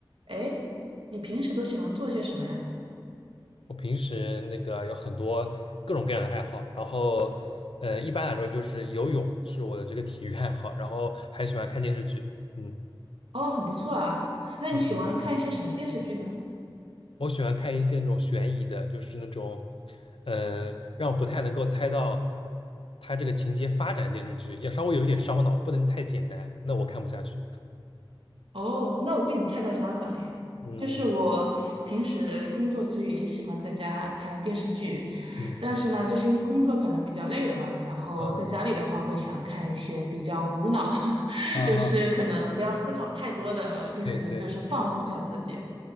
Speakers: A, on the right; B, on the left.
A: 哎，你平时都喜欢做些什么呀？
B: 我平时那个有很多各种各样的爱好，然后呃，一般来说就是游泳是我的这个体育爱好，然后还喜欢看电视剧，嗯
A: 哦，很不错啊。那你喜欢看一些什么电视剧呢？
B: 嗯嗯，我喜欢看一些那种悬疑的，就是那种呃让我不太能够猜到它这个情节发展的电视剧，要稍微有一点烧脑，不能太简单，那我看不下去。
A: 哦，那我跟你恰恰相反诶，
B: 嗯
A: 就是我平时工作之余也喜欢在家看电视剧，
B: 嗯
A: 但是呢，就是因为工作可能比较累了吧，然后在家里的话会想看一些比较无脑，
B: 啊
A: <laughs>
B: 啊，啊
A: 就是可能不要思考太多的电视剧，
B: 对对，
A: 就是放松一下自己。